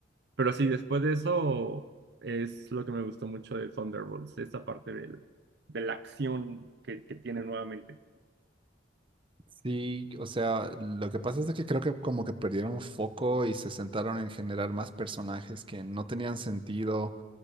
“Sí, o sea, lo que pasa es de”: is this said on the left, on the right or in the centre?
Right